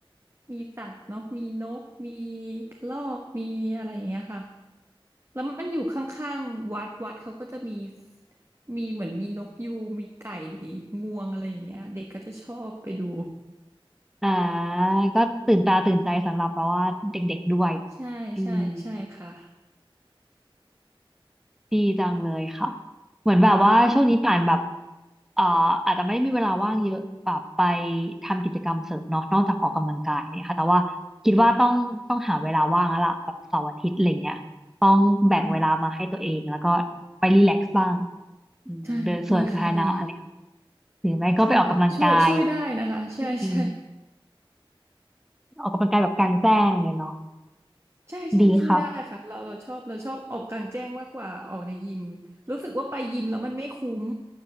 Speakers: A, on the right; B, in the centre.
A: มีสัตว์เนาะมีนกมีกระรอกมีอะไรอย่างเงี้ยค่ะแล้วมันอยู่ข้างๆวัดวัดเขาก็จะมีมีเหมือนมีนกยูงมีไก่งวงอะไรอย่างเงี้ยเด็กก็จะชอบไปดู
B: อ่าก็ตื่นตาตื่นใจสำหรับแบบว่าเด็กๆด้วย
A: <laughs> ใช่ใช่ใช่ค่ะ
B: อืม ดีจังเลยค่ะเหมือนแบบว่าช่วงนี้ป่านแบบ
A: อืม
B: เอ่ออาจจะไม่มีเวลาว่างเยอะแบบไปทำกิจกรรมเสริมเนาะนอกจากออกกำลังกายเนี่ยค่ะแต่ว่าคิดว่าต้องต้องหาเวลาว่างแล้วล่ะแบบเสาร์อาทิตย์อะไรเงี้ยต้องแบ่งเวลามาให้ตัวเองแล้วก็
A: อืม
B: ไปรีแลกซ์บ้างอืมเดินสวนสาธารณะอะไรค่ะ
A: ใช่ดีค่ะดี
B: หรือไม่ก็ไปออกกำลังกาย
A: ใช่ช่วยช่วยได้นะคะใช่ใช่
B: อืมออกกำลังกายแบบกลางแจ้งอะไรเลยเนาะ
A: ใช่ใช่ช่วยได้ค่ะเราเราชอบเราชอบออกกลางแจ้งมากกว่าออกในยิมรู้สึกว่าไปยิมแล้วมันไม่คุ้ม
B: ดีค่ะ